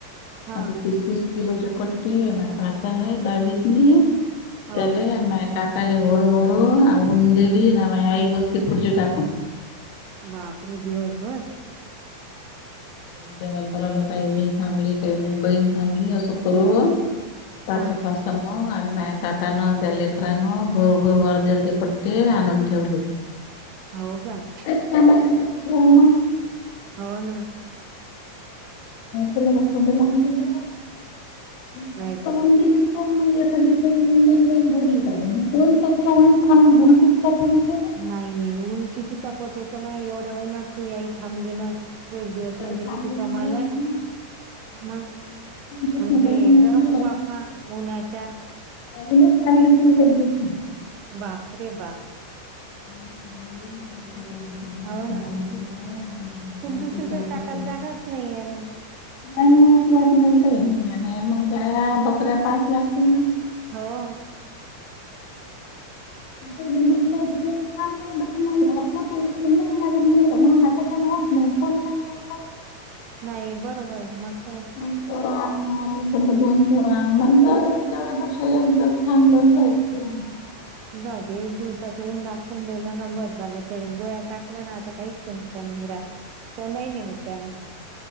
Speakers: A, on the right (about 40°); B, on the left (about 50°).
A: हा
B: आता तीस तीस <unintelligible> किलो जो कटती ह म भाता है दावीतली <unintelligible>
A: हो
B: त्याल ना काकाली होळू होोळू उंद दिली नाम याई बसली खुर्चीिटाकून <unintelligible>
A: बापरे दिवसभर <unintelligible>
B: जन प <unintelligible> काही मी थांबली काही मी बहीण थांबली असं कर <unintelligible> पाच
A: हा
B: पाचम आणि मा काका न जलेकररान भोर भर अर्ध अर्द क <unintelligible> ते आनंद ठेवले <unintelligible>
A: हो का <unintelligible>
B: त्या का माम <unintelligible>
A: हो ना <unintelligible>
B: केला कस लाकेत <unintelligible> न
A: नाही तर का
B: दिलंच का म <unintelligible> त्यावसंदर धरली का कोण तकलाथान बती तक विच ना <unintelligible>
A: नाही नाही ऊन किती तपत होत मग एवढ्या उनात तू याई थांबले ना <unintelligible> एक दिवस
B: तर
A: म्हणजे
B: थांबली
A: किती
B: ना
A: कमाला
B: म्हणे मग
A: <unintelligible> मग
B: स्वप्न
A: म्ह
B: ताईला
A: ते
B: म्हटलं
A: गरम वाफा उन्हाच्या <unintelligible>
B: अजूनच पाांगलं तुम क दि <unintelligible>
A: बापरे बाप <unintelligible>
B: ह का मस
A: हो ना
B: <unintelligible> हुशार
A: तुला दुसरीकडे
B: प
A: टाकायला जागाच
B: <unintelligible>
A: नाही आहे ना
B: नाही नाही अशी वाात नाही काही नाही नाही मग गया बकऱ्या पाच लागतील ना <unintelligible>
A: हो <unintelligible>
B: ते म्हटलं तेरत <unintelligible> त म आताच्या होत नाही फण म्ह <unintelligible>
A: नाही बरोबर आहे मग <unintelligible>
B: दो पोराकडलं दोन पोरा म्हण तेवढ्या पक्ष एक दिवस थांब लावून जाई हम्म <unintelligible>
A: जाऊ दे एक दिवसाचं ऊन दाखवून दिलं ना बघ झालं ते गोळ्या टाकल्या ना आता काहीच <unintelligible> त्यांच्या निरात सोंडाई नाही हो त्यानत <unintelligible>